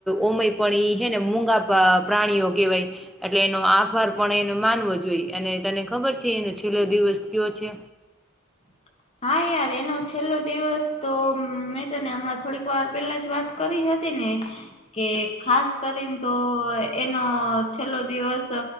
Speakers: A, in the centre; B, on the left (about 30°).
A: ઉમય પણ એ છે ને મૂગા પ્રાણીઓ કહેવાય. એટલે એનો આભાર પણ એને માનવો જોઈએ અને તને ખબર છે એનો છેલ્લો દિવસ કયો છે.
B: <inaudible> હા યાર એનો છેલ્લો દિવસ તો મેં તને હમણાં થોડીક વાર પેલા જ વાત કરી હતી. ને કે ખાસ કરીને તો એનો છેલ્લો દિવસ.